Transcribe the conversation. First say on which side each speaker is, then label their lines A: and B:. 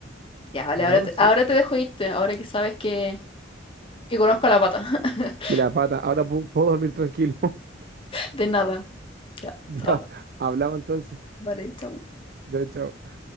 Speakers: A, on the left (about 30°); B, on the right (about 55°).
A: Ya, vale,
B: ¿O
A: ahora
B: no?
A: te,
B: Sí.
A: ahora te dejo irte, ahora que sabes que, que conozco a la pata. <laughs>
B: Y la pata. Ahora pu- puedo dormir tranquilo. <laughs>
A: De nada. Ya,
B: Ya.
A: chao.
B: Hablamos entonces.
A: Vale, chao.
B: Ya, chao.